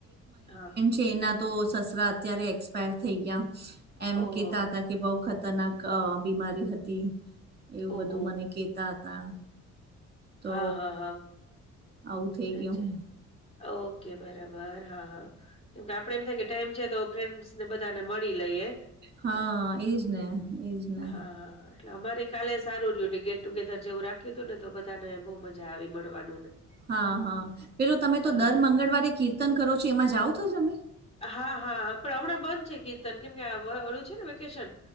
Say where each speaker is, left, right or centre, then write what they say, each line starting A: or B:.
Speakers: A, on the left (about 20°); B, on the right (about 35°).
A: હા.
B: તેના તો સસરા અત્યારે એક્સપાયર થઈ ગયા એમ
A: ઓહો
B: કેતા હતા કે બઉ ખતરનાક અ બીમારી હતી એવું
A: ઓહો
B: બધું મને કેતા હતા. તો
A: હા, હા, હા
B: આવું થઈ
A: એજ
B: ગીયું.
A: ઓકે બરાબર હા હા કેમકે આપડે એમ થાય કે ટાઈમ છે તો ફ્રેન્ડસ ને બધાને મળી લઈએ.
B: હા
A: તો
B: એજ ને એજ ને.
A: હા હા એટલે અમારે કાલે સારું રહ્યું ગેટ ટુેર જેવું રાખ્યું ને તો બધાને બહુ મજા આવી મળવાનું ને.
B: હા હા પેલું તમે તો
A: હા
B: દર મંગળવારે કીર્તન કરો છો એમાં જાઓ તો જ તમે.
A: હા હા પણ હમણાં બંધ છે કીર્તન કેમ કે ઓલુ છે ને વેકેશન.